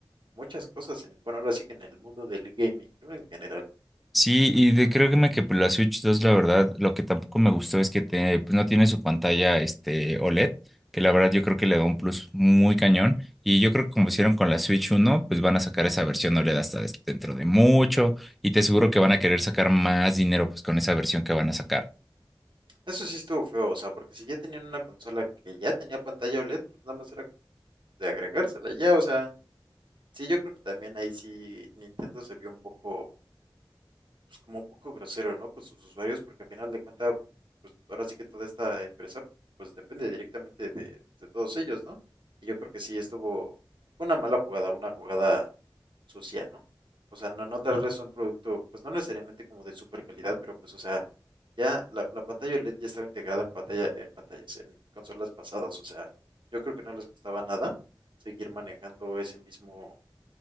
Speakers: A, on the right; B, in the centre.
A: muchas cosas en, bueno, ahora sí que en el mundo del gaming, ¿no? En general.
B: Sí, y de, creo que me que pues, la Switch dos la verdad, lo que tampoco me gustó es que te- pues, no tiene su pantalla este, OLED, que la verdad yo creo que le da un plus muy cañón. Y yo creo que como hicieron con la Switch uno pues van a sacar esa versión OLED hasta des- dentro de mucho. Y te aseguro que van a querer sacar más dinero pues con esa versión que van a sacar.
A: Eso sí estuvo feo, o sea, porque si ya tenían una consola que ya tenía pantalla OLED, pues nada más era de agregársela ya, o sea, sí, yo creo que también ahí sí Nintendo se vio un poco, pues como un poco grosero, ¿no? Con sus usuarios, porque al final de cuentas, pues ahora sí que toda esta empresa, pues depende directamente de, de todos ellos, ¿no? Y yo creo que sí estuvo fue una mala jugada, una jugada sucia, ¿no? O sea, no, no tal vez un producto, pues no necesariamente como de super calidad, pero pues, o sea, ya la, la pantalla LED ya estaba integrada en pantalla, en pantallas, en consolas pasadas, o sea, yo creo que no les costaba nada seguir manejando ese mismo,